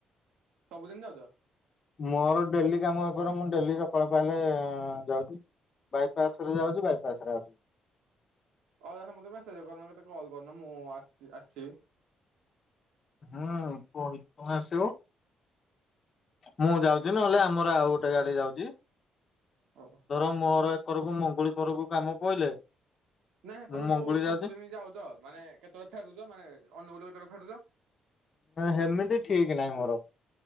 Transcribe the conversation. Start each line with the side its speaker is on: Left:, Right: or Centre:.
Right: ସବୁଦିନ ଯାଉଚ?
Left: ମୋର ଡେଲି କାମ ହେପାର, ମୁଁ ଡେଲି ସକାଳ ପାଇଲେ ଯାଉଚି। ବାଇପାସ ରେ ଯାଉଛି ବାଇପାସ ରେ ଆସୁଛି।
Right: ହଉ ତାହେଲେ ମତେ ମେସେଜ କରୁନ, କି କେତେ କଲ୍ କରୁନ ମୁଁ ଆସିଛି ଆସିବି।
Left: ହୁଁ କହି କ ଆସିବ। ମୁଁ ଯାଉଚି ନହେଲେ ଆମର ଆଉ ଗୋଟେ ଗାଡି ଯାଉଚି।
Right: ଓହୋ।
Left: ଧର, ମୋର ଏକରକୁ ମଙ୍ଗୁଳି କରକୁ କାମ ପଇଲେ
Right: ନାଇଁ ନା
Left: ମୁଁ
Right: ତମେ ଯୋଉ
Left: ମଙ୍ଗୁଳି
Right: ସବୁଦିନ
Left: ଯାଉଛି।
Right: ଯାଉଚ, ମାନେ କେତେବେଳେ ଫେରୁଚ, ମାନେ ଅନୁଗୁଲ କେତେବେଳେ ଫେରୁଚ?
Left: ହେମିତି ଠିକ ନାହିଁ ମୋର।